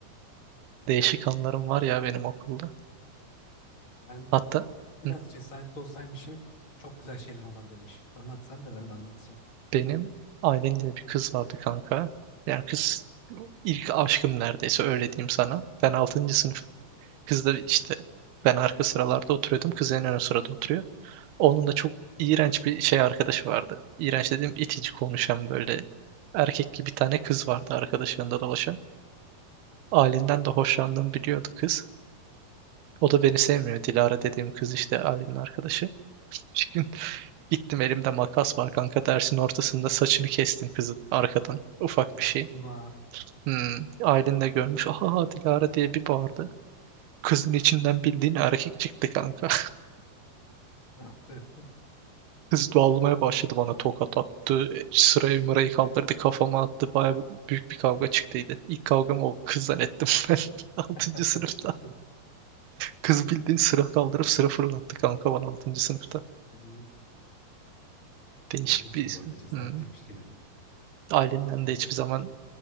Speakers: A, on the right; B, on the left.
A: Değişik anılarım var ya benim okulda.
B: Ben
A: Hatta
B: biraz
A: hı,
B: cesaretli olsaymışım çok güzel şeyler olabilirmiş. Anlat sen de ben de anlatacağım.
A: benim ailemde bir kız vardı kanka. Yani kız ilk aşkım neredeyse öyle diyeyim sana. Ben altıncı sınıf. Kız da işte ben arka sıralarda oturuyordum. Kız en ön sırada oturuyor. Onun da çok iğrenç bir şey arkadaşı vardı. İğrenç dediğim itici konuşan böyle erkek gibi bir tane kız vardı arkadaşlarında dolaşan. Ailemden de hoşlandığımı biliyordu kız. O da beni sevmiyor. Dilara dediğim kız işte ailemin arkadaşı. <laughs> Gittim elimde makas var kanka dersin ortasında saçını kestim kızın arkadan. Ufak
B: Yapma.
A: bir şey. Hmm, ailen de görmüş. Aha Dilara diye bir bağırdı. Kızın içinden bildiğin erkek çıktı kanka.
B: Ne yaptı?
A: <laughs> Kız dağılmaya başladı bana tokat attı. Sırayı mırayı kaldırdı kafama attı. Baya büyük bir kavga çıktıydı. İlk kavgamı o kız zannettim <laughs> ben altıncı
B: <laughs>
A: sınıfta.
B: Patı.
A: Kız bildiğin sıra kaldırıp sıra fırlattı kanka bana altıncı sınıfta.
B: Yuh.
A: Değişik
B: Helal olsun
A: bir...
B: bu arada cesaretliymiş
A: Hmm.
B: gene de.
A: Ailenden
B: Ben
A: de hiçbir
B: de öyle.
A: zaman